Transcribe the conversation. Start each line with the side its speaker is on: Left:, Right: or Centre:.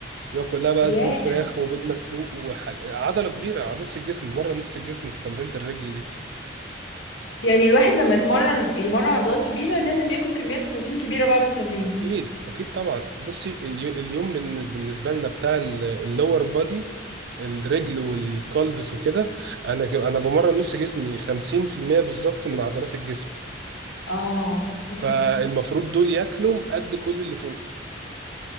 Right: بيبقى كلها بقى
Left: ياه
Right: صدور فراخ وبيض مسلوق وحاجه عضله كبيره على نص الجسم مره نص الجسم في تمرينة الرجل دي
Left: يعني الواحد لما يتمرن يمرن عضلات كبيرة لازم ياكل كميات بروتين كبيرة بعد التمرين
Right: اكيد اكيد طبعا بصي اليو- اليوم بالن- بالنسبه لنا بتاع اللور بادي الرجل والكالفس وكده انا ك- انا بمرن نص جسمي 50% بالظبط من عضلات الجسم
Left: اه اوكي
Right: آه، المفروض دول ياكلوا قد كل اللي فوق